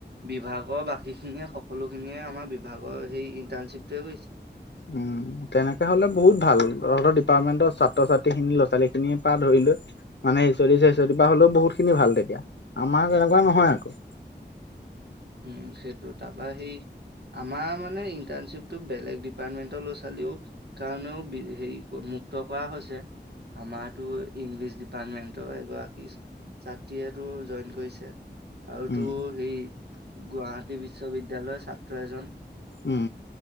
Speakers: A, on the right; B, on the left.
A: বিভাগৰ বাকী খিনিয়ে সকলো খিনিয়ে আমাৰ বিভাগৰ সেই ইন্টাৰ্নশ্বিপটোৱে কৰিছে।
B: উম তেনেকে হলে বহুত ভাল তহঁতৰ ডিপাৰ্টমে ন্টৰ ছাত্ৰ ছাত্ৰী খিনি ল'ৰা ছোৱালী খিনিৰ পৰা ধৰি লৈ মানে হচ চচৰ বা হলেও বহুত খিনি ভাল তেতিয়া আমাৰ তেনেকুৱা নহয় আকৌ।
A: উম সেইটো তাৰপৰা সেই আমাৰ মানে ইনটাশ্বিপটো বেলেগৰ ডিপাৰ্টমেন্টৰ লৰা ছোৱালীও কাৰণেও বি হেৰি মুক্ত কৰা হৈছে। আমাৰতো ইংলিছ ডিপাৰ্টমেন্টৰ এগৰাকী ছাত্ৰীয়েতো জইন কৰিছে আৰুতো
B: উম
A: সেই গুৱাহাটী বিশ্ববিদ্যয়ালয়ৰ ছাত্ৰ এজন
B: উম